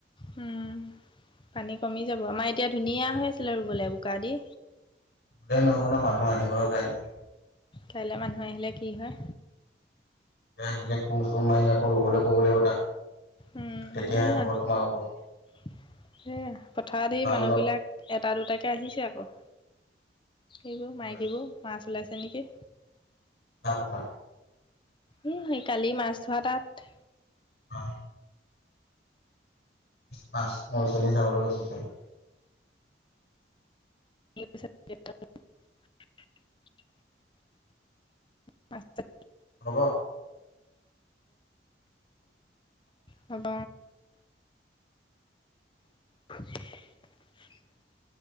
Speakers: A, on the left (about 25°); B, on the left (about 65°).
A: উম। পানী কমি যাব। আমাৰ এতিয়া ধুনীয়া হৈ আছিলে ৰুবলৈ বোকা দি।
B: ৰুলে নহ'ব নহ। মানুহ আহিব হে কাইলে।
A: কাইলে মানুহ আহিলে কি হয়?
B: সেনে কো চো মাৰি আকৌ ৰুবলৈ ক'ব লাগিব তাক।
A: উম
B: তেতিয়াহে
A: সেইয়া।
B: হ'ব
A: এ
B: তোমালোকৰ
A: পথাৰ দি
B: ভাল
A: মানুহবিলাক
B: লগ
A: এটা দুটাকে আহিছে আকৌ। এইবোৰ মাইকীবোৰ
B: লৈ
A: মাছ ওলাইছে নেকি।
B: কা পথা?
A: হো কালি মাছ ধৰা তাত।
B: অ। মাছ মাছখ চাবলে গৈছে পাই।
A: <unintelligible> পাচঁটা।
B: হ'ব।
A: হব। <unintelligible>